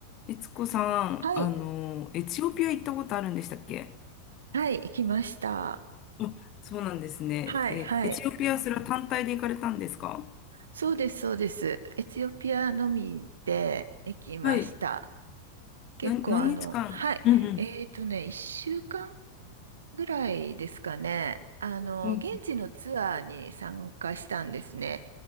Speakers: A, on the left; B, on the right.
A: 悦子さん、
B: はい、
A: あの、エチオピア行ったことあるんでしたっけ
B: はい、行きました。
A: あ、そうなんですね。
B: はい、
A: え、
B: はい。
A: エチオピア、それは単体で行かれたんですか
B: そうです、そうです。エチオピアのみで行きました。
A: はい。
B: 結構あの、
A: な、何日間うんうん。
B: はい。えっとね、1週間ぐらいですかね。あの、
A: うん
B: 現地のツアーに参加したんですね。